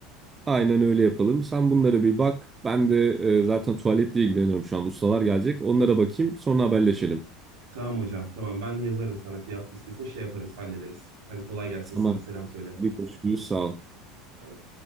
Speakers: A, on the right (about 20°); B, on the right (about 60°).
A: Aynen öyle yapalım. Sen bunlara bir bak. Ben de e, zaten tuvaletle ilgileniyorum şu an. Ustalar gelecek. Onlara bakayım. Sonra haberleşelim.
B: Tamam hocam, tamam ben yazarım sana fiyat listesini şey yaparız, hallederiz. Hadi kolay gelsin
A: Tamam.
B: sana, selam söyle.
A: Hadi Görüşürüz. Sağ ol.
B: Bay bay.